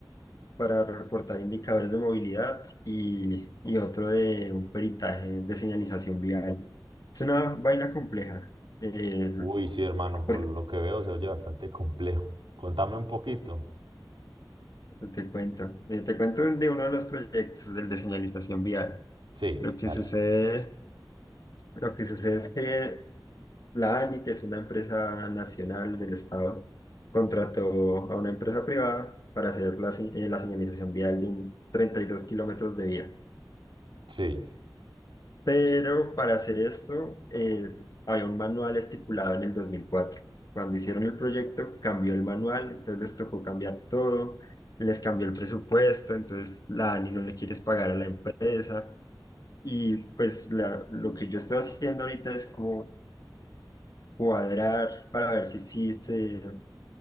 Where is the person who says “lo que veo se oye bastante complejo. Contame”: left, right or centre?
Right